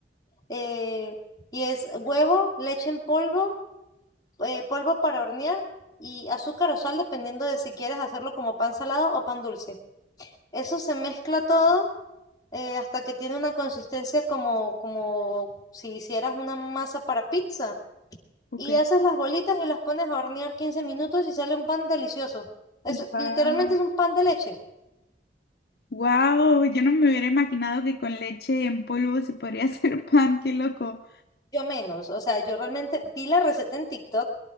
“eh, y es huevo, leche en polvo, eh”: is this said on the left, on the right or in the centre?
Left